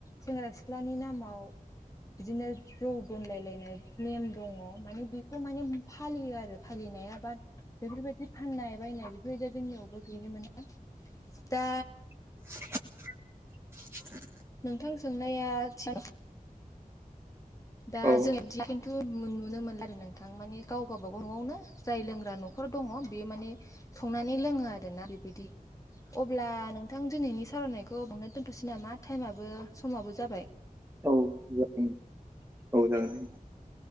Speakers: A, on the left; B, on the right.
A: सेंग्रा सिख्लानि नामाव बिदिनो जौ दोनलायलायनाय नेम दङ माने बेखौ माने फालियो आरो फालिनाया बाद बेफोरबायदि फाननाय बायनाय बेफोरबायदि जोंनियावबो गैनो मोना दा
B: <inaudible>
A: नोंथां सोंनाया <unintelligible> दा
B: औ
A: जों बिदि खिन्थु नुनो मोन आरो नोंथां माने गावबागाव न'वावनो <unintelligible> जाय लोंग्रा नखर दङ बेयो माने संनानै लोङो आरोना बेबायदि अब्ला नोंथां दिनैनि सावरायनायखौ बेयावनो दोनथसै नामा टाइमाबो समाबो जाबाय
B: औ जागोन औ जागोन दे नोंथां